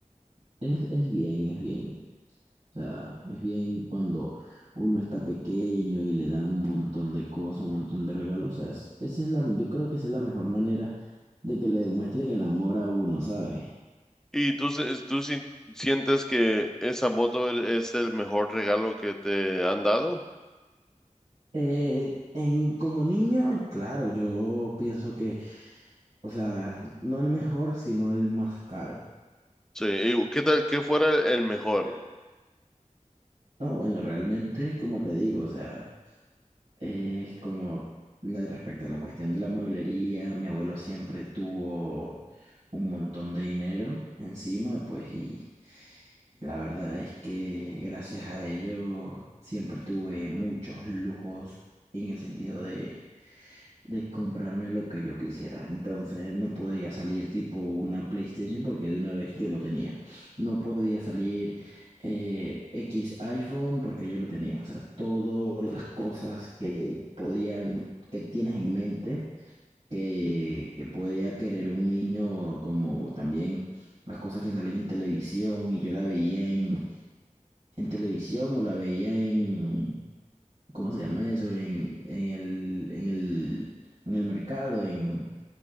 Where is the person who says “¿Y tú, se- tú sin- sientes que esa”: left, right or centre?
Centre